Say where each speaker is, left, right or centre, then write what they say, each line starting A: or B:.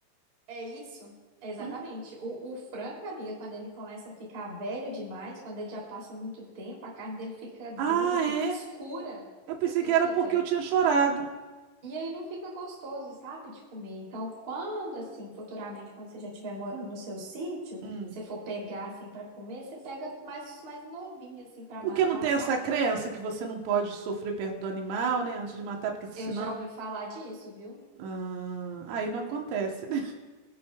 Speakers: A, on the right; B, on the right.
A: É isso. É Exatamente.
B: Hum.
A: O, o frango, amiga, quando ele começa a ficar velho demais, quando ele já passa muito tempo, a carne dele fica dura
B: Ah,
A: e fica
B: é?
A: escura.
B: Eu pensei
A: Você acredita?
B: que era porque eu tinha chorado.
A: E aí não fica gostoso, sabe, de comer. Então, quando assim, futuramente, quando você já estiver morando no seu sítio,
B: Hum.
A: você for pegar assim para comer, você pega mais mais novinho assim para
B: Porque
A: matar,
B: não tem
A: sabe?
B: essa crença que você não pode sofrer perto do animal, né? Antes de matar, porque senão.
A: Eu já ouvi falar disso, viu?
B: Ah, aí não acontece, né?